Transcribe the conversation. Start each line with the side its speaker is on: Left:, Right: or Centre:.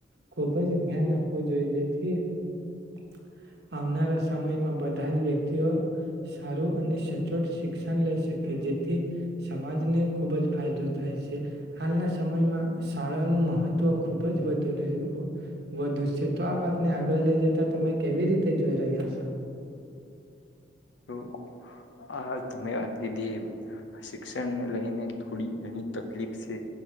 Right: ખૂબ જ ધ્યાન આપવું જોએ. જેથી આવનારા સમયમાં બધા જ વ્યક્તિઓ સારું અને સચોટ શિક્ષણ લઈ શકે. જેથી સમાજને ખુબ જ ફાયદો થાય છે. હાલના સમયમાં શાળાનું મહત્વ ખુબ જ વધ દુર એવ વધુ છે. તો આ વાતને આગ ગળ લઈ જતા તમે કેવી રી તે જોઈ રહ્યા સો?
Left: તો આ તમે વાત કીધી એ શિક્ષણને લઈને થોડી ઘણી તકલીફ સે.